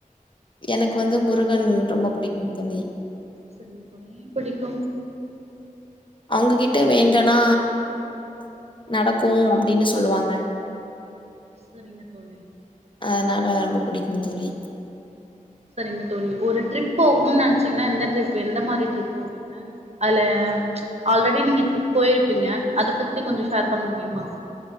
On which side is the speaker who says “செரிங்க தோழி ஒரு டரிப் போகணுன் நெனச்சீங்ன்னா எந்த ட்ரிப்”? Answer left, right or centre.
Right